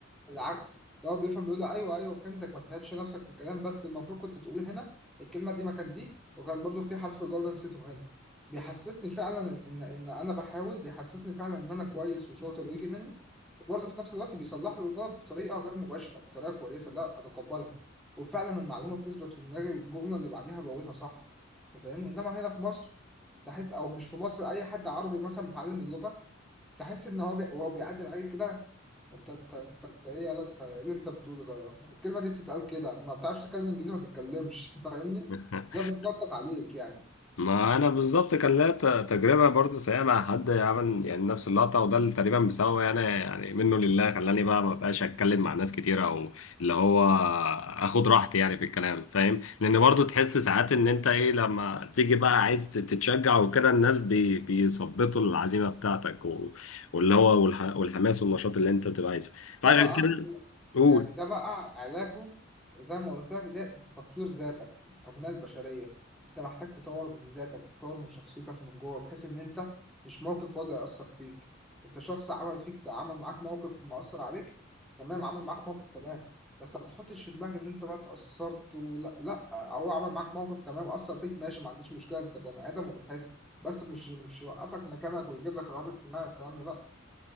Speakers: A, in the centre; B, on the left (about 85°).
A: بالعكس ده هو بيفهم بيقول لي ايوه ايوه فهمتك ما تتعبش نفسك في الكلام بس المفروض كنت تقول هنا الكلمه دي مكان دي وكان برضو في حرف جر نسيته هنا بيحسسني فعلا ان ان انا بحاول بيحسسني فعلا ان انا كويس وشاطر ويجي مني وبرضه في نفس الوقت بيصلح لي الغلط بطريقه غير مباشره بطريقه كويسه لا اتقبلها وفعلا المعلومه بتثبت في دماغي والجمله اللي بعديها بقولها صح انت فاهمني انما هنا في مصر تحس او مش في مصر اي حد عربي مثلا متعلم اللغه تحس ان هو بي... وهو بيعدل عليك كده انت انت انت, انت ايه يلا انت ايه اللي انت بتقوله ده الكلمه دي بتتقال كده ما بتعرفش تتكلم انجليزي ما تتكلمش <laughs> فاهمني
B: <laughs>
A: لا بيتنطط عليك يعني
B: ما انا بالظبط كان ليا ت- تجربه برضو سيئه مع حد عمل يعني نفس اللقطه وده اللي تقريبا بسببه يعني يعني منه لله خلاني بقى ما بقاش اتكلم مع ناس كتير او اللي هو اخد راحتي يعني في الكلام فاهم لان برضو تحس ساعات ان انت ايه لما تيجي بقى عايز تت- تتشجع وكده الناس بي بيثبطوا العزيمه بتاعتك و- واللي هو والح- والحماس والنشاط اللي انت بتبقى عايزه فعشان
A: ده بقى
B: كده قول
A: يعني ده بقى علاجه زي ما قلت لك ده تطوير ذاتك التنمية البشرية انت محتاج تطور من ذاتك تطور من شخصيتك من جوه بحيث ان انت مش موقف هو اللي يأثر فيك انت شخص عمل فيك عمل معاك موقف مأثر عليك تمام عمل معاك موقف تمام بس ما تحطش في دماغك ان انت بقى اتأثرت ولا لا لا هو عمل معاك موقف تمام أثر فيك ماشي ما عنديش مشكلة انت بني آدم وبتحس بس مش مش يوقفك مكانك ويجيب لك رهاب اجتماعي والكلام ده لا